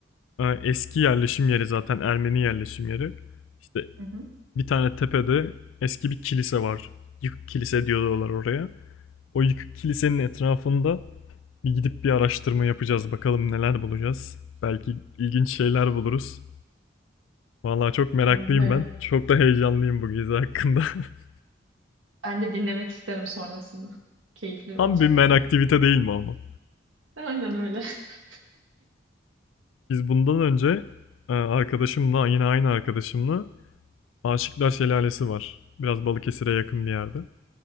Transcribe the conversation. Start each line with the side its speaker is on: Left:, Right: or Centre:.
Left: e, eski yerleşim yeri zaten Ermeni yerleşim yeri. İşte
Right: Hı hı.
Left: bir tane tepede eski bir kilise var. Yıkık kilise diyorlar oraya. O yıkık kilisenin etrafında bir gidip bir araştırma yapacağız. Bakalım neler bulacağız. Belki ilginç şeyler buluruz. Vallahi çok meraklıyım
Right: Umarım.
Left: ben. Çok da heyecanlıyım bu gezi hakkında. <laughs>
Right: Ben de dinlemek isterim sonrasında. Keyifli
Left: Tam
Right: olacak
Left: bir men
Right: gibi.
Left: aktivite değil mi ama?
Right: <laughs> Aynen öyle. <laughs>
Left: Biz bundan önce e, arkadaşımla, yine aynı arkadaşımla Aşıklar Şelalesi var. Biraz Balıkesir'e yakın bir yerde.